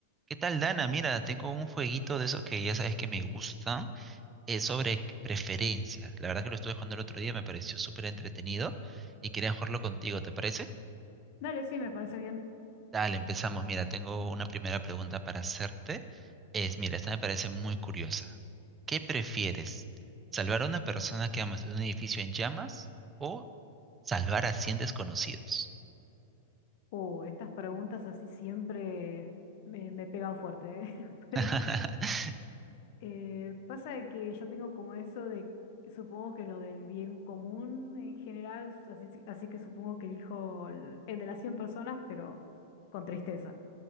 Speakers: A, on the right (about 20°); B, on the left (about 55°).
A: ¿Qué tal, Dana? Mira, tengo un jueguito de esos que ya sabes que me gustan, eh, sobre preferencias. La verdad que lo estuve jugando el otro día, me pareció súper entretenido y quería jugarlo contigo, ¿te parece?
B: Dale, sí, me parece bien.
A: Dale, empezamos. Mira, tengo una primera pregunta para hacerte. Es, mira, esta me parece muy curiosa. ¿Qué prefieres? ¿Salvar a una persona que amas de un edificio en llamas o salvar a cien desconocidos?
B: Uh, estas preguntas así siempre me, me pegan fuerte, ¿eh? <laughs>
A: <laughs>
B: Eh, pasa de que yo tengo como eso de, supongo que lo del bien común en general, así, así que supongo que elijo el, el de las 100 personas, pero con tristeza.